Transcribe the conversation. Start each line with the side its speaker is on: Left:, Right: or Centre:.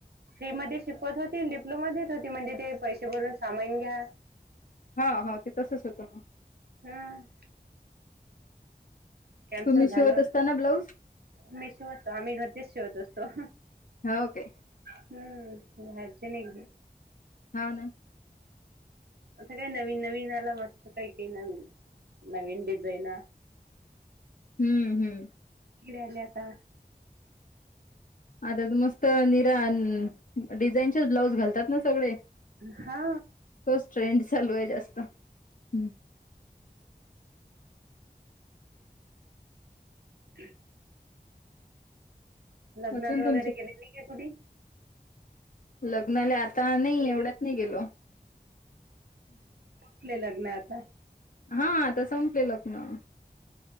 Right: फ्री मध्ये शिकवत होती डिप्लोमा देत होती म्हणजे ते पैसे भरून सामाून घ्या.
Left: हा होा ते तसच होतं मग
Right: हम्म. कॅन्सल
Left: तुम्ही
Right: झाल
Left: शिवत असताना ब्लाऊज
Right: मी शेवतो आम्ही घरचेच शेवत असतो.
Left: ओके.
Right: हम्म बा चनग
Left: ह.
Right: आता काही नवीन नवीन आला मस्त काही काही नवीन नवीन डिझाईन
Left: हम्म हम्म.
Right: ड्याल्या आता
Left: आता मस्त निरा डिझाईनच्याच ब्लाउज घालतात ना सगळे.
Right: हा
Left: तोच ट्रेंड चालू आहे जास्त ह्. रथ.
Right: ह. लग्नात
Left: अजून
Right: वगैरे
Left: तुमचे
Right: केलेली का कुी
Left: लग्नाला आता नाही
Right: कुठले
Left: एवढ्यात नाही गेलो.
Right: कले लग्न आता
Left: हा आता संपले लग्न.